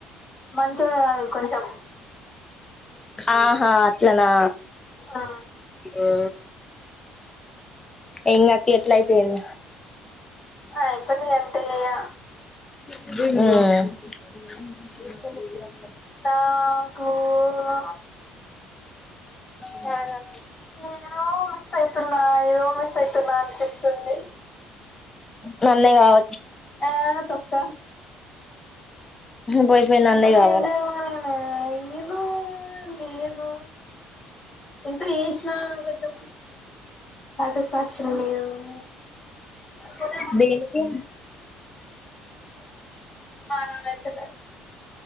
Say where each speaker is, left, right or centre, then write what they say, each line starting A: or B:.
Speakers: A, on the left; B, on the left.
A: మంచోడు కాదు కొంచెం
B: ఆహా అట్లనా
A: ఆ
B: ఉ ఇంగ్ అట్లా ఎట్ల అయితది ఇంగ
A: ఆ ఏప్పుడు నీ ఎంత చేయ
B: ఉ
A: నాకు బా
B: సారా.
A: ఏదో అస్సల్ తున్న ఏదో మిస్ అయితున్నా అనిపిస్తుంది.
B: నన్నేగావ
A: ఆ తొక్క.
B: పోయి పోయి నన్నే కావాల
A: నిజమేనేనే నేను నేను ఎంత చేసినా కొంచం సాటిస్ఫాక్షన్ ఉండదు కదా.
B: దేనికి
A: మారం అయితలే